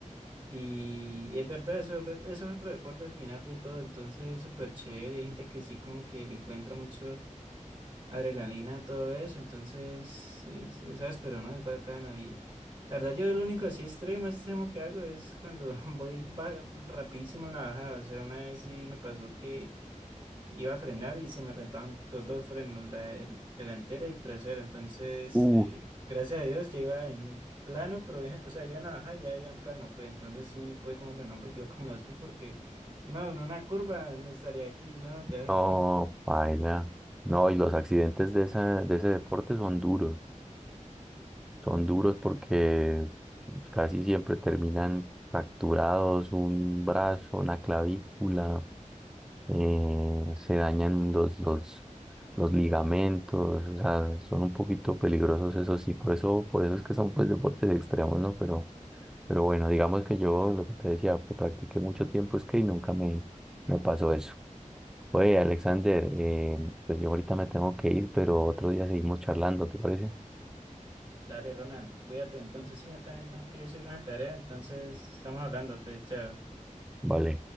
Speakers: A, on the right; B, in the centre.
A: Y es verdad, eso, es- eso es otro deporte al final de todo, entonces es súper chévere. Hay gente que sí como que le encuentra mucho adrenalina, todo eso, entonces es, es áspero, ¿no? Es bacano y la verdad yo lo único así extremo, extremo que hago es cuando <laughs> voy ba- rapidísimo en la bajada, o sea, una vez sí me pasó que iba a frenar y se me rentaban los dos frenos, la del- delantera y el trasero, entonces
B: Uh,
A: eh, gracias a Dios ya iba en plano, pero <laughs> eh, o sea, iba en la bajada y ya iba en plano, pues entonces sí pude como frenar un poquitico <laughs> con los pies porque no, en una curva no estaría aquí, ¿no? Ya
B: no, paila. No, y los accidentes de esa, de ese deporte son duros, son duros porque casi siempre terminan fracturados, un brazo, una clavícula. eh, se dañan los, los, los ligamentos, o sea, son un poquito peligrosos, eso sí, por eso, por eso es que son pues deportes extremos, ¿no? Pero, pero bueno, digamos que yo lo que te decía, pues, practiqué mucho tiempo es que y nunca me, me pasó eso. Oye, Alexander, eh, pues yo ahorita me tengo que ir, pero otro día seguimos charlando, ¿te parece?
A: Dale, Ronald, cuídate entonces. Sí, yo también tengo que hacer una tarea, entonces estamos hablando, pues, chao.
B: Vale.